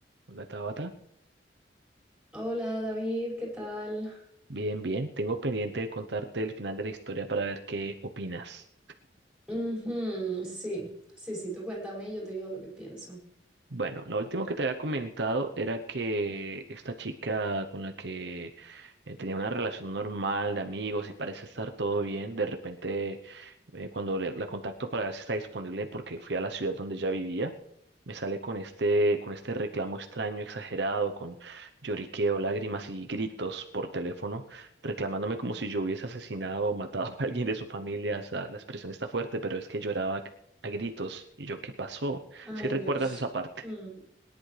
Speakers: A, on the right; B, in the centre.
A: Hola Tabata,
B: Hola David, ¿qué tal?
A: bien, bien. Tengo pendiente de contarte el final de la historia para ver qué opinas.
B: Ujú, sí, sí, sí, tú cuéntame y yo te digo lo que pienso.
A: Bueno, lo último que te había comentado era que esta chica con la que eh, tenía una relación normal de amigos y parece estar todo bien, de repente eh, cuando le- la contacto para ver si está disponible porque fui a la ciudad donde ya vivía, me sale con este, con este reclamo extraño, exagerado, con lloriqueo, lágrimas y gritos por teléfono, reclamándome como si yo hubiese asesinado o matado <laughs> a alguien de su familia. O sea, la expresión está fuerte, pero es que lloraba a gritos. ¿Y yo qué pasó?
B: Ay,
A: Si recuerdas
B: Dios.
A: esa parte.
B: Mm,